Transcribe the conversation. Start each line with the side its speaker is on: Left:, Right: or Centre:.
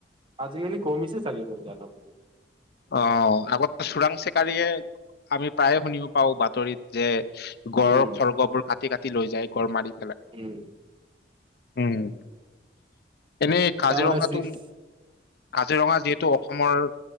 Right: আজিকালি কমিছে চাগে মোৰ যানা মতে
Left: অ আগতে ত চোৰাং চিকাৰীয়ে আমি প্ৰায়ে শুনিব পাওঁ বাতৰিত যে গড়ৰ
Right: উম
Left: খৰ্গবোৰ কাটি কাটি লৈ যায় গড় মাৰি পেলাই
Right: উম্
Left: উম্ এনেই
Right: এতিয়া
Left: কাজিৰঙাটো
Right: মানে ছিক্স
Left: কাজিৰঙা যিহেতু অসমৰ